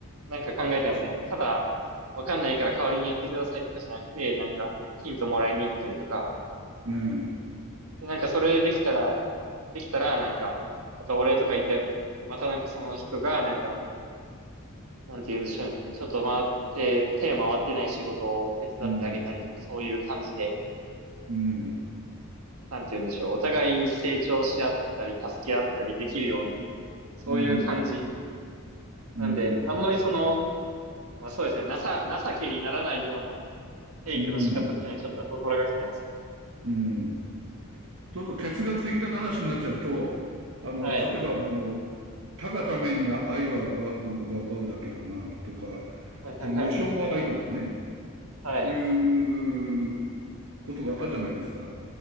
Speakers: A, on the right; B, on the right.
A: なんか考えてますね。ただ、わかんないから代わりにやってくださいとかじゃなくて、なんか、ヒントもらいに行ったりとか、
B: ええ、う
A: でなんかそれできたら、できたら、なんか、またお礼とか言って、またなんかその人が、なんか、なんて言うんでしょうね。ちょっと回って、手を回ってない仕事を手伝ってあげたりとか、
B: ん、
A: そういう感じで、
B: うん、
A: なんて言うんでしょう。お互い成長し合ったり、助け合ったりできるような、そういう感じ。
B: うん、うん、
A: なんで、
B: うん、
A: あんまりその、まあそうですね、なさ、情けにならないようなテイクの仕方っていうのはちょっと心がけてます。
B: うん、うん。ちょっと哲学的な話になっちゃうと、あの、
A: はい。
B: 例えばもう、他がために愛は奪うは奪うだけかな、とか、
A: はいはいはい。
B: その無償の愛とかね、
A: はい。
B: いうことがあるじゃないですか。だか